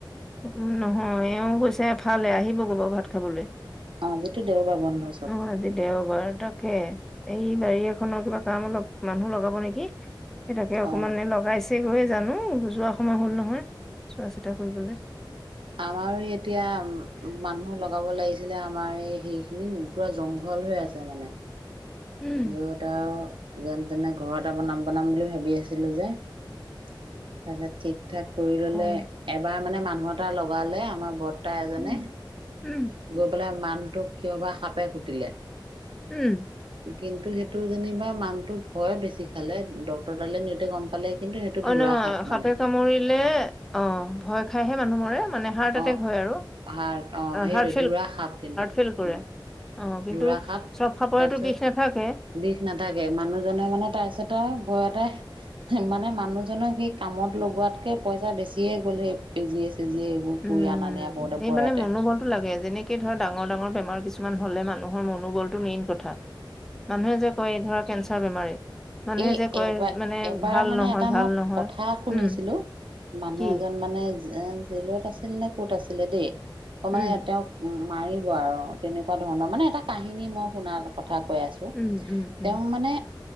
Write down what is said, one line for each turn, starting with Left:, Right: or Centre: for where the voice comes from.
Centre: উ নহয় এওঁ গৈ হৈছে এফালে আহিব ভাত খাবলৈ
Right: অ যিটো দেওবাৰ বন্ধ চব
Centre: ও আজি দেও বাৰ তাকে এই বাৰী এখনৰ কিবা কাম অলপ মানুহ লগাব নেকি সেইতাকে অকমানে
Right: অ
Centre: লগাইছে। গৈয়ে জানো বুজোৱা সময় হল নহয় চোৱা চিতা কৰিবলৈ
Right: আমাৰো এতিয়া মানুহ লগাব লাগিছিলে আমাৰ সেই খিন পুৰা জংঘল হৈ আছে মানে!
Centre: উম
Right: য'ত আৰু যেন যেনে ঘৰ এটা বনাম বনাম বুলি ভাবি আছিলোঁ যে তাৰপিছত ঠিক ঠাক কৰি ললে
Centre: অ
Right: এবাৰ মানে মানুহ এটা লগালে আমাৰ বৰ্তা এজনে
Centre: উম, উম,
Right: গৈ পেলাই মানুহটোক কিয় বা সাপে খুটিলে।
Centre: উম।
Right: কিন্তু সেইটো যেনিবা মানুটো ভয় বেছি খালে ডক্ক্তৰ দালে নিওঁতে গম পালে কিন্তু সেইটো
Centre: অঁ
Right: ধুৰা
Centre: নহয়
Right: সাপ মানে
Centre: সাপে কামুৰিলে অঁ ভয় খাইহে মানুহ মোৰে মান হাৰ্টএতেক,
Right: অ
Centre: আৰু
Right: হাৰ্ট অ সেইটো
Centre: হাৰ্ট
Right: ধুৰা সাপ কিন্তু
Centre: ফেল কৰে
Right: উম
Centre: ন! অঁ কিন্তু
Right: ধুৰা সাপ
Centre: চব সাপোৰেটো
Right: তাৰপিছত
Centre: বিষ নাথাকে।
Right: বিষ নাথাকে মানুহজনে মানে তাৰপিছত আৰু ভয়তে মানে মানুহজনৰ সি কামত লগোৱাতকে পইচা বেছিয়ে গ'ল সেই বেজি আছে। যে এইবোৰ
Centre: উম,
Right: কৰি আনা নিয়া কৰোতে
Centre: এই
Right: ভয়তে
Centre: মানে মনোবলটো লাগে যেনেকে ধৰ ডাঙৰ ডাঙৰ বেমাৰ কিছুমান হলে মানুহৰ মনোবলটো মেইন কথা মানুহে যে কয় এই ধৰ কেঞ্চাৰ বেমাৰী। মানুহে
Right: এ
Centre: যে কয়
Right: এবাৰ
Centre: মানে
Right: এবাৰ
Centre: ভাল
Right: মানে
Centre: নহয়
Right: এটা
Centre: ভাল
Right: মই
Centre: নহয়
Right: কথা শুনিছিলো
Centre: উম,
Right: মানুহ
Centre: কি
Right: এজন মানে জেলত আছিল নে কত আছিলে দেই অ
Centre: উম,
Right: মানে তেওঁক মাৰিব আৰু তেনেকুৱা ধৰণৰ মানে এটা কাহিনী মই শুনাৰ ক কথা কৈ আছো
Centre: উম, উম, উম,
Right: তেওঁক মানে